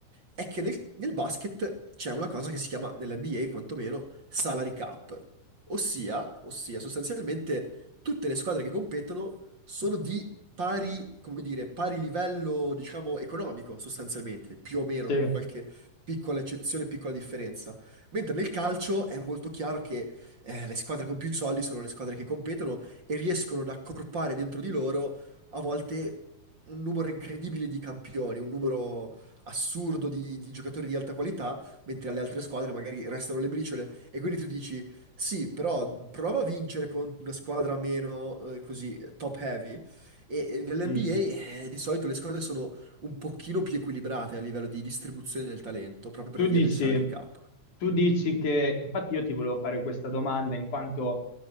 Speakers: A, on the right; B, on the left.
A: è che nel, nel basket c'è una cosa che si chiama, nell'NBA quantomeno, salary cap, ossia, ossia sostanzialmente tutte le squadre che competono sono di pari, come dire, pari livello, diciamo, economico sostanzialmente, più o meno,
B: Sì.
A: con qualche piccola eccezione, piccola differenza. Mentre nel calcio è molto chiaro che eh, le squadre con più soldi sono le squadre che competono e riescono ad accorpare dentro di loro a volte un numero incredibile di campioni, un numero assurdo di, di giocatori di alta qualità, mentre alle altre squadre magari restano le briciole. E quindi tu dici: Sì, però prova a vincere con una squadra meno eh, così top heavy. E, e nell'NBA
B: Mm.
A: eh, di solito le squadre sono un pochino più equilibrate a livello di distribuzione del talento, proprio
B: Tu
A: per via
B: dici,
A: del salary cap.
B: tu dici che, infatti io ti volevo fare questa domanda in quanto